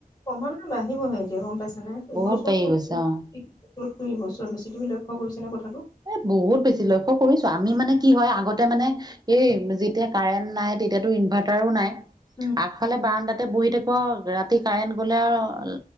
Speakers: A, on the left; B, on the right.
A: ক্ৰমানৈ বাঢ়িবহে এতিয়া গম পাইছা। নাই এইবছকত
B: বহুত বাঢ়ি গৈছে
A: সিবছৰ
B: অ।
A: বেছি তুমি লক্ষ্য কৰিছা নে কথাটো
B: এ বহুত বেছি লক্ষ্য কৰিছো আমি মানে কি হয় আগতে মানে এই যেতিয়া কাৰেণ্ট নাই তেতিয়াটো ইনভাইটাৰও নাই
A: উম
B: আগফালে ব্ৰানদাত। তাতে বহি থাকো ৰাতি কাৰেণ্ট গ'লে আৰু